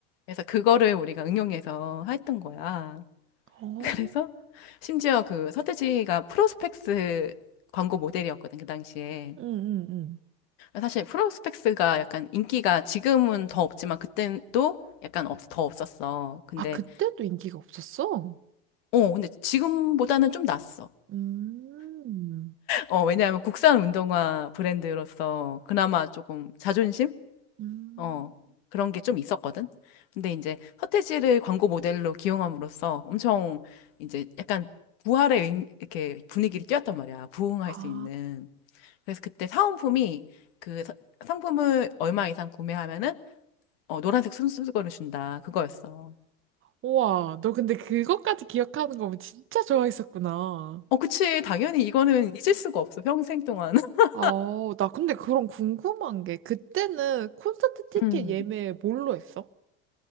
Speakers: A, on the left; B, on the right.
A: 그래서 그거를 우리가 응용해서 했던 거야. <laughs>
B: 어.
A: 그래서 심지어 그 서태지가 프로스펙스 광고 모델이었거든, 그 당시에.
B: 응, 응, 응.
A: 사실 프로스펙스가 약간 인기가 지금은 더 없지만 그땐 또 약간 없, 더 없었어. 근데,
B: 아, 그때도 인기가 없었어?
A: 어, 근데 지금보다는 좀 낫어.
B: 음,
A: 어, 왜냐하면 국산 운동화 브랜드로서 그나마 조금 자존심?
B: 음.
A: 어, 그런 게 좀 있었거든. 근데 이제 서태지를 광고 모델로 기용함으로써 엄청 이제 약간 부활의 의- 이렇게 분위기를 띄웠단 말이야. 부흥할
B: 아.
A: 수 있는. 그래서 그때 사은품이 그 사- 상품을 얼마 이상 구매하면은 어, 노란색 손수건을 준다. 그거였어.
B: 우와, 너 근데 그것까지 기억하는 거면 진짜 좋아했었구나.
A: 어, 그치. 당연히 이거는 잊을 수가 없어. 평생 동안. <laughs>
B: 아, 나 근데 그런 궁금한 게, 그때는 콘서트 티켓
A: 음.
B: 예매 뭘로 했어?